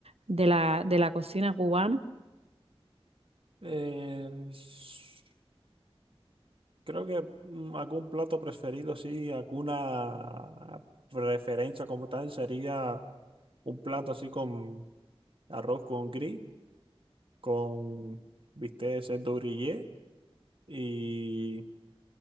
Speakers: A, on the right; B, on the right.
A: de la, de la cocina cubana?
B: eh, s- creo que mm, algún plato preferido, sí, alguna preferencia como tal sería un plato así con arroz con gris, con bistec de cerdo grillé y